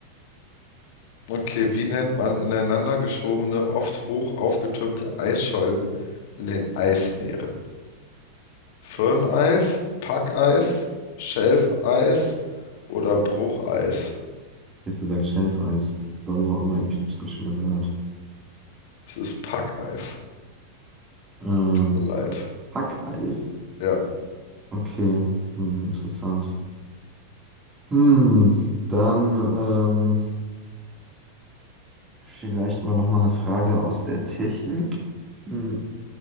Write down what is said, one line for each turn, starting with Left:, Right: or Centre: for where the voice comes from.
Left: okay, wie nennt man ineinander geschobene, oft hoch aufgetürmte Eisschollen in den Eismeeren? Firneis, Packeis, Schelfeis oder Brucheis?
Right: Ich hätte gesagt Schelfeis. Warum auch immer, ich habe es schon mal gehört.
Left: Es ist Packeis.
Right: Ähm,
Left: Tut mir leid.
Right: Pa- Packeis?
Left: Ja,
Right: Okay, hm, interessant. Hm, dann ähm, vielleicht mal nochmal eine Frage aus der Technik. Hm.